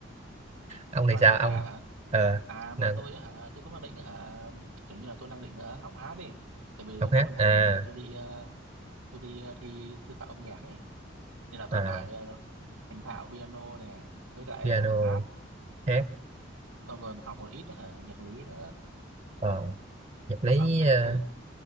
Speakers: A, on the right; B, on the right.
A: ông thì
B: cái
A: sao
B: mày mới
A: ông
B: mẻ hả?
A: ờ
B: À mà
A: là
B: tôi á hả, tôi cũng đang định á hả, kiểu như là tôi đang định ờ, học hát đi. Tại vì
A: học hát
B: tháng 11
A: à
B: này nè tôi đi ờ, tôi đi ờ, thi sư phạm âm nhạc ấy. Nên là
A: à
B: tôi phải ờ, thành thạo piano nè, với lại
A: piano
B: ờ, hát,
A: hát
B: xong rồi học một ít á hả, nhạc lý nữa,
A: ờ nhạc lý
B: hợp âm các
A: ờ,
B: thứ.